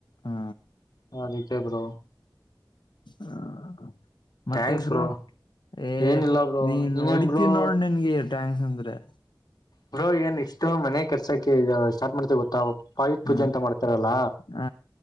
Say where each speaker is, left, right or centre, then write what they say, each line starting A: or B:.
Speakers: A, on the left; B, on the left.
A: ಹಾ
B: ಅದಿಕೆ ಬ್ರೋ.
A: ಹ ಮತ್ತೆಬ್ರೋ
B: ಥ್ಯಾಂಕ್ಸ್ ಬ್ರೋ
A: ಏ
B: ಏನಿಲ್ಲ ಬ್ರೋ
A: ನೀನ್
B: ನೀನೇನ್
A: ಹೊಡಿತೀನ್
B: ಬ್ರೋ
A: ನೋಡ್ ನಿನ್ಗೆ. ಟ್ಯಾಂಕ್ಸ್ ಅಂದ್ರೆ.
B: ಬ್ರೋ ನೆಕ್ಸ್ಟು ಮನೆ ಕೆಲಸಕ್ಕೆ ಸ್ಟಾರ್ಟ್ ಮಾಡ್ತೇವಿ ಗೊತ್ತಾ. ಪಾಯದ್
A: ಹ
B: ಪೂಜೆ ಅಂತ ಮಾಡ್ತಾರಲ್ಲ.
A: ಹ